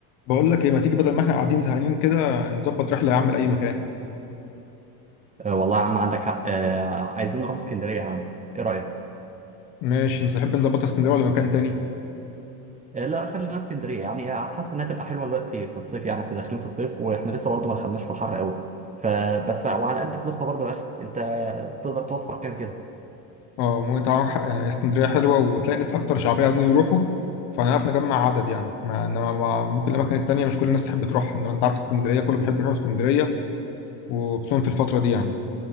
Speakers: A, on the left; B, on the right.
A: بقول لك ايه ما تيجي بدل ما احنا قاعدين زهقانين كده نظبط رحله يا عم لاي مكان
B: آه، والله يا عم عندك حق آه، عايزين نروح اسكندريه يا عم ايه رايك
A: ماشي نحب نظبطها اسكندريه ولا مكان تاني
B: آه، لا خلينا اسكندريه يعني حاسس انها تبقى حلوه الوقت في الصيف يعني احنا داخلين في الصيف واحنا لسه برضه ما دخلناش في الحر قوي فبس وعلى قد فلوسنا برضه يا اخي انت تقدر توفر كام كده
A: اه ممكن طبعا ح- يعني اسكندريه حلوه وتلاقي ناس اكتر شعبيه عايزين يروحوا فهنعرف نجمع عدد يعني ما إنما ما- ممكن الاماكن التانيه مش كل الناس تحب تروح انما انت عارف اسكندريه كله بيحب يروح اسكندريه وخصوصا في الفتره دي يعني